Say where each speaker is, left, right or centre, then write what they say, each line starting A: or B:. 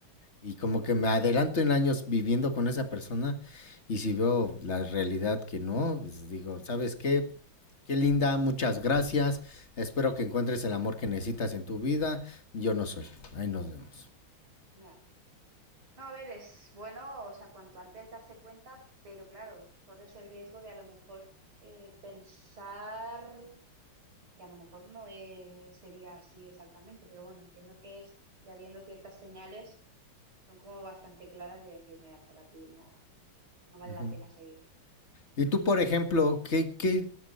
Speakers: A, on the left; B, on the right.
A: Y como que me adelanto en años viviendo con esa persona y si veo la realidad que no, pues digo, ¿sabes qué? Qué linda, muchas gracias. Espero que encuentres el amor que necesitas en tu vida. Yo no soy. Ahí nos vemos.
B: Ya. No, a ver, es bueno, o sea, cuanto antes darse cuenta, pero claro, corres el riesgo de a lo mejor eh, pensar que a lo mejor no es- sería así exactamente, pero bueno, entiendo que es, ya viendo ciertas señales, son como bastante claras de decir, mira, por aquí no, no vale
A: Ujú.
B: la pena seguir.
A: Y tú, por ejemplo, ¿qué, qué,